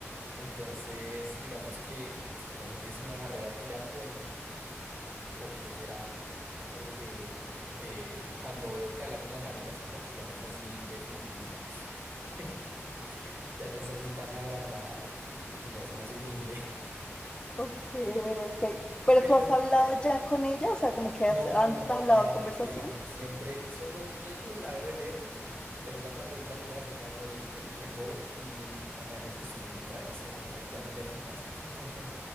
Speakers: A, on the right; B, on the left.
A: Entonces, digamos que no sé si es una barrera que ella pone ¿O qué será? Porque eh, cuando veo que habla con las amigas, como que ya no es así de ficticia, <laughs> ya no es así tan agrandada y, y ya es más humilde.
B: Ok, ok.
A: <laughs>
B: Pero
A: Pero
B: tú has hablado ya con ella, o sea, como que
A: no,
B: has, han hablado
A: imagínate
B: conversación.
A: que no, siempre solo llego, la veo de lejos, pero ya cuando está a mirar, yo me hago el, el, el bobo y me hago el que estoy concentradísimo y dándole al gimnasio. ta, ta, ta.